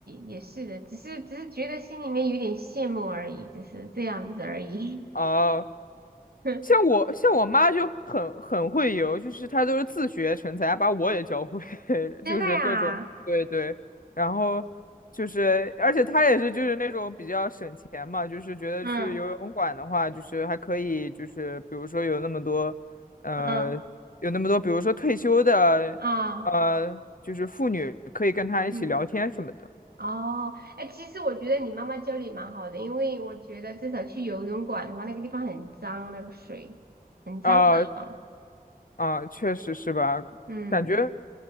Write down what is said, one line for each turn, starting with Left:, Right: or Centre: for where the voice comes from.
Right: 也是的，只是只是觉得心里面有点羡慕而已，只是这样子而已，
Left: 啊。哦
Right: <laughs>
Left: 像我像我妈就很很会游，就是她都是自学成才，把我也教会，<laughs>
Right: 真的呀，
Left: 就是各种对对，然后就是而且她也是就是那种比较省钱嘛，就是觉得去游泳馆的话，
Right: 嗯
Left: 就是还可以就是比如说有那么多呃有那么多比如说退休的呃就是妇女可以跟她一起聊天什么的，
Right: 嗯啊嗯。哦，哎，其实我觉得你妈妈教你蛮好的，因为我觉得至少去游泳馆的话，那个地方很脏，那个水很脏的啊。
Left: 呃啊，确实是吧？
Right: 嗯
Left: 感觉，